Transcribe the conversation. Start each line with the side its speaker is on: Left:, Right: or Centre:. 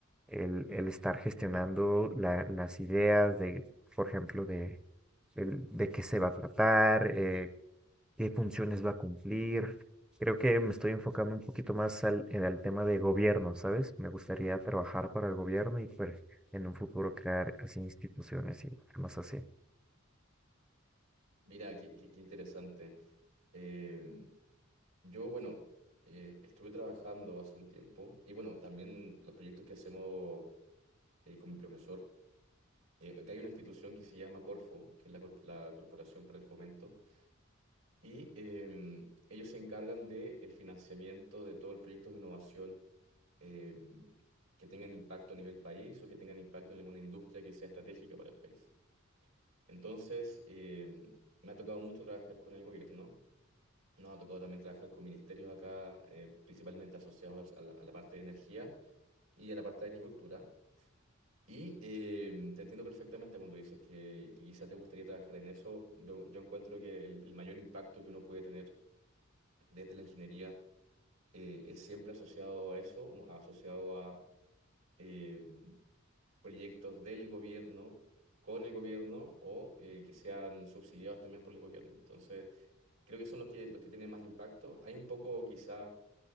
Centre: El, el estar gestionando la- las ideas de, por ejemplo, de, el- de qué se va a tratar, eh, qué funciones va a cumplir. Creo que me estoy enfocando un poquito más al, en el tema de gobierno, ¿sabes? Me gustaría trabajar para el gobierno y pues en un futuro crear así instituciones y temas así.
Right: Mira, qué, qué- qué interesante. Eh, yo, bueno, eh, estuve trabajando hace un tiempo y bueno, también los proyectos que hacemos eh, con mi profesor, eh, acá hay una institución que se llama Corfo, que es la, corp- la Corporación para el Fomento Y eh, ellos se encargan del financiamiento de todos los proyectos de innovación eh, que tengan impacto a nivel país o que tengan impacto en alguna industria que sea estratégica para el país. Entonces, eh, me ha tocado mucho trabajar con el gobierno. Nos ha tocado también trabajar con ministerios acá, eh, principalmente asociados a la, a la parte de energía y a la parte de agricultura. Y eh, te entiendo perfectamente cuando dices que, que quizá te gustaría trabajar en eso. Yo, yo encuentro que el, el mayor impacto que uno puede tener desde la ingeniería eh, es siempre asociado a eso, asociado a eh, proyectos del gobierno, con el gobierno o eh, que sean subsidiados también por el gobierno. Entonces, creo que son los que, los que tienen más impacto. Hay un poco quizá,